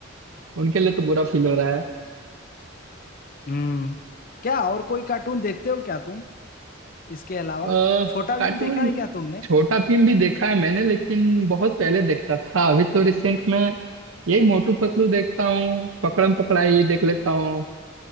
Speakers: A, on the right (about 80°); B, on the left (about 45°).
A: उनके लिए तो बुरा फील हो रहा है
B: हम्म क्या और कोई कार्टून देखते हो क्या तुम इसके अलावा
A: आ,
B: छोटा
A: कार्टून
B: भीम देखा है क्या तुमने
A: छोटा भीम भी देखा है मैंने लेकिन बहुत पहले देखता था अभी तो रिसेंट में यही मोटू पतलू देखता हूँ पकड़म पकड़ाई ये देख लेता हूँ